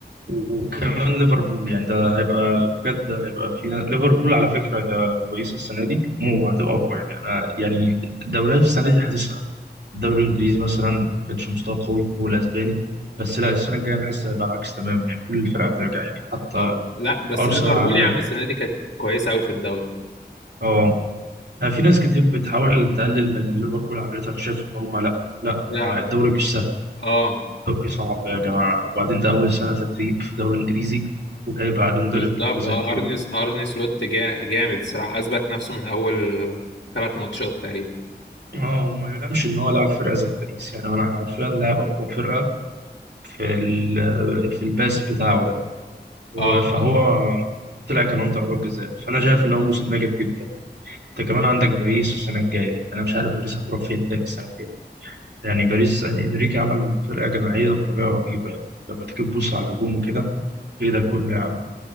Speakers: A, on the right (about 70°); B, on the left (about 80°).
A: وكمان ليفربول يعني ده هيبقى بجد هيبقى فينا ليفربول على فكرة هي كويسة السنة دي مو هتبقى أقوى يعني أنا يعني الدوريات السنة دي حاسسها الدوري الإنجليزي مثلا ما كانش مستوى قوي والأسباني بس لا السنة الجاية أنا حاسس هيبقى العكس تماما يعني كل الفرق هترجع يعني حتى
B: اه لا بس
A: أرسنال
B: ليفربول
A: عاملة
B: يا عم السنه دي كانت كويسه قوي في الدوري
A: أه أنا في ناس كتير بتحاول تقلل من اللي ليفربول عملته أنا شايف إن هم لا لا هم
B: لا
A: الدوري مش سهل
B: اه
A: الدوري صعب يا جماعة وبعدين ده أول سنة تدريب في دوري إنجليزي وجاي بعد مدرب
B: بالظبط
A: كبير زي
B: اه
A: كلوب
B: ارني ارني سلوت جا... جامد الصراحه اثبت نفسه من اول ثلاث ماتشات تقريبا
A: اه وما يلامش ان هو لاعب فرقه زي باريس يعني انا حرفيا لاعب اقوى فرقه في ال- في الباس بتاعه ده و-
B: اه
A: فهو طلع كمان ضربات جزاء فانا شايف ان هو موسم ناجح جدا يعني انت كمان عندك باريس السنه الجايه يعني انا مش عارف باريس هتروح فين تاني السنه الجايه يعني باريس يعني انريكي عمل فرقه جماعيه بطريقه رهيبه يعني لما تيجي تبص على الهجوم وكده ايه ده كله يا عم